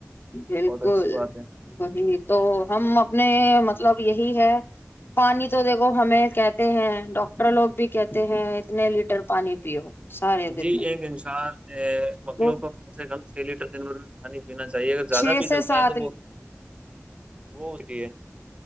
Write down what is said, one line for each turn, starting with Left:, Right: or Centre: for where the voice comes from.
Left: بالکل
Right: بہت اچھی بات ہے
Left: وہی تو ہم اپنے مطلب یہی ہے پانی تو دیکھو ہمیں کہتے ہیں ڈاکٹر لوگ بھی کہتے ہیں اتنے لیٹر پانی پیو سارے دن
Right: جی
Left: میں
Right: ایک انشاء مکلو
Left: وہ
Right: کو گل سے ل چھ لیٹر دنوں میں پانی پینا چاہیے اگر زیادہ
Left: چھ
Right: پی
Left: سے
Right: سکتا
Left: سات
Right: ہے تو وہ وہ ہوتی ہے